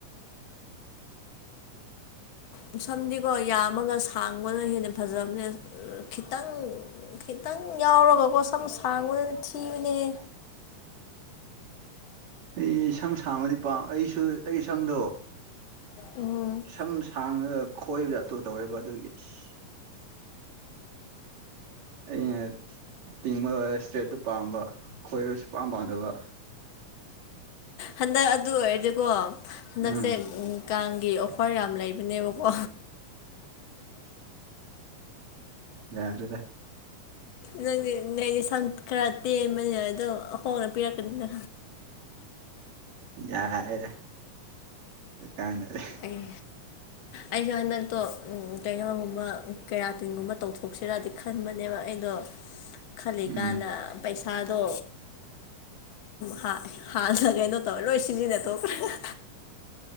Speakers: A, on the left; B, on the right.
A: ꯎꯝ ꯁꯝꯗꯤꯀꯣ ꯌꯥꯝꯃꯒ ꯁꯥꯡꯕꯅ ꯍꯦꯟꯅ ꯐꯖꯕꯅꯦ ꯈꯤꯇꯪ ꯈꯤꯇꯪ ꯌꯥꯎꯔꯒꯀꯣ ꯁꯝ ꯁꯥꯡꯕꯗꯨꯅ ꯊꯤꯕꯨꯅꯦꯍ
B: ꯑꯩ ꯁꯝ ꯁꯥꯡꯕꯗꯤ ꯄꯥꯝ ꯑꯩꯁꯨ ꯑꯩ ꯁꯝꯗꯣ
A: ꯎꯝ
B: ꯁꯝ ꯁꯥꯡꯉꯒ ꯈꯣꯏꯕ ꯇꯣ ꯇꯧꯋꯦꯕ ꯑꯗꯨꯒꯤ ꯏꯁ ꯑꯩꯅ ꯇꯤꯡꯕ ꯂꯣꯢꯔꯥ ꯏꯁꯇ꯭ꯔꯦꯠꯇꯨ ꯄꯥꯝꯕ ꯈꯣꯏꯕ ꯁꯨꯄꯥꯝ ꯄꯥꯝꯗꯕ
A: ꯍꯟꯗꯛ ꯑꯗꯨ ꯑꯣꯏꯔꯗꯤꯀꯣ ꯍꯟꯗꯛꯁꯦ
B: ꯎꯝ
A: ꯀꯥꯡꯒꯤ ꯄꯔ ꯌꯥꯝ ꯂꯩꯕꯅꯦꯕꯀꯣ
B: ꯌꯥꯔꯦꯗ
A: ꯅꯪꯗꯤ ꯅꯣꯏꯗꯤ ꯁꯝ ꯈꯔ ꯇꯦꯟꯕꯅꯦꯅ ꯑꯗꯣ ꯍꯣꯡꯅ ꯄꯤꯔꯛꯀꯅꯤꯗ
B: ꯌꯥꯔꯦꯔꯦ ꯀꯅꯔꯦ
A: ꯑꯩ ꯑꯩꯁꯨꯦ ꯍꯟꯗꯛꯇꯣ ꯀꯩꯅꯣꯒꯨꯝꯕ ꯀꯦꯔꯥꯇꯤꯟꯒꯨꯝꯕ ꯇꯧꯊꯣꯛ ꯁꯤꯔꯗꯤ ꯈꯟꯕꯅꯦꯕ ꯑꯩꯗꯣ ꯈꯜꯂꯤꯀꯥꯟꯗ
B: ꯎꯝ
A: ꯄꯩꯁꯥꯗꯣ ꯍꯥ ꯍꯥꯟꯅ ꯀꯩꯅꯣ ꯇꯧꯔꯦ ꯂꯣꯏ ꯁꯤꯖꯤꯟꯅ ꯊꯣꯈꯔ꯭ꯦ